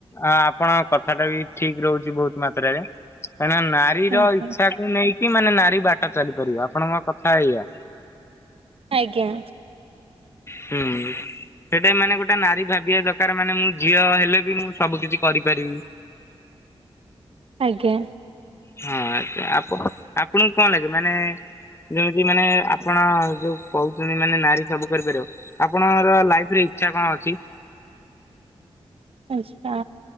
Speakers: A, on the left; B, on the right.
A: ଆ ଆପଣଙ୍କ କଥାଟା ବି ଠିକ୍ ରହୁଛି ବହୁତ ମାତ୍ରାରେ କାହିଁକି ନା ନାକ ସିର
B: ଆଜ୍ଞା
A: ଇଚ୍ଛା କୁ ନେଇକି ମାନେ ନାରୀ ବାଟ ଚାଲିପାରିବ ଆପଣଙ୍କ କଥା ଏଇଆ?
B: ଆଜ୍ଞା
A: ହୁଁ, ସେଇଟା ମାନେ ଗୋଟେ ନାରୀ ଭାବିବା ଦରକାର ମାନେ ମୁଁ ଝିଅ ହେଲେ ବି ମୁଁ ସବୁ କିଛି କରିପାରିବି
B: ଆଜ୍ଞା।
A: ହଁ, ଆଛା ଆପଣ ଆପଣଙ୍କୁ କଣ ଲାଗେ ମାନେ ଯେମିତି ମାନେ ଆପଣ ଯୋଉ କହୁଛନ୍ତି ମାନେ ନାରୀ ସବୁ କରିପାରିବ, ଆପଣଙ୍କର ଲାଇଫ୍ ରେ ଇଚ୍ଛା କଣ ଅଛି?
B: ଆଛା